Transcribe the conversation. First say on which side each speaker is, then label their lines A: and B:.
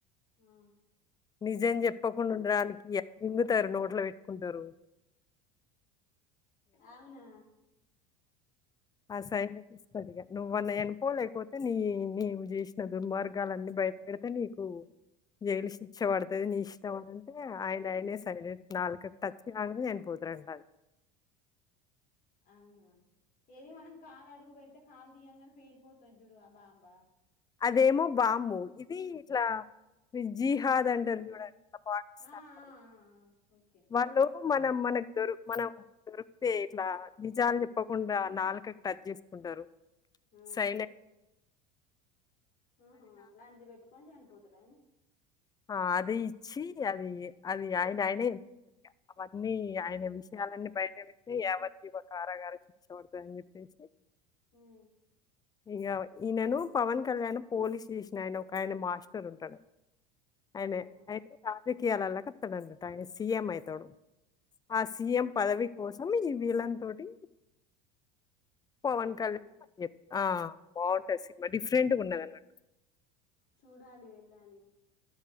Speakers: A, on the left; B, on the left.
A: ఆ
B: నిజం చెప్ తప్పకుండా ఉండడానికి రింగుతారు నోట్లో పెట్టుకుంటారు
A: అవునా
B: ఆ సై ఇస్తందిగా నువ్వన్న ఎనుపో లేకపోతే నీ జష్ దుర్మార్గాల అన్నీ బయటపడత అ నీకు జైలు శిక్ష పడుతుంది నీ ఇష్టం అనింటే ఆయన ఆయనే సై నాలుక టచ్ కాంగను పోతుండి
A: అవునా ఏది మనం కాలు అడుగు పెడితే కాలు దియ్యంగానే ఫేల్ పోతది జుడు అ బాంబ
B: అదేమో బాంబు ఇది ఇట్లా జిహాద్ అంటారు చూడాలి ఇట్లా పాటిస్తారు
A: ఆ ఆ ఆ ఓకే
B: వాళ్ళు మనం మనకు దొ మనం దొరికితే ఇట్లా నిజాలు చెప్పకుండా నాలుక కట్ చేసుకుంటారు
A: ఆ
B: సైన
A: ఆహా అట్లాంటిది పెట్టుకొని చనిపోతారు అయని
B: ఆ అది ఇచ్చి అది అది ఆయన ఆయన అన్ని ఆయన విషయాలన్నీ బయట పెడితే ఎవరిది ఒక కారాగార చూచ్చబడుతుంది అని చెప్పేసి
A: హ్మ్మ్
B: ఇక ఈయనను పవన్ కళ్యాణ్ పోలీస్ స్టేషన్ ఆయన ఒక ఆయన మాస్టర్ ఉంటాడు ఆయన
A: అవునా
B: ఆయన రాజకీయాలలో కతాడండిట ఆయన సీఎం అయితాడు ఆ సీఎం పదవి కోసం ఈ విలన్ తోటి పవన్
A: అలా చేస్తాడా
B: కళ్యాణ్ ఆ బాగుంటాంది సినిమా డిఫరెంట్గా ఉన్నది అన్నట్టు
A: చూడాలి వెళ్ళాలి